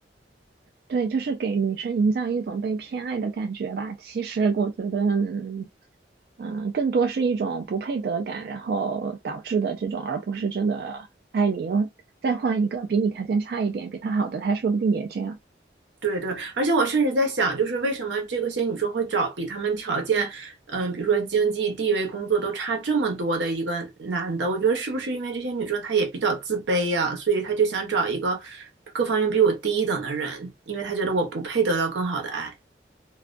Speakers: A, on the right; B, on the right.
A: 对，就是给女生营造一种被偏爱的感觉吧。其实我觉得，嗯，嗯更多是一种不配得感，然后导致的这种，而不是真的爱你。再换一个比你条件差一点、比他好的，他说不定也这样。
B: 对对，而且我甚至在想，就是为什么这个些女生会找比她们条件，嗯，比如说经济地位、工作都差这么多的一个男的？我觉得是不是因为这些女生她也比较自卑呀、所以她就想找一个各方面比我低一等的人，因为她觉得我不配得到更好的爱。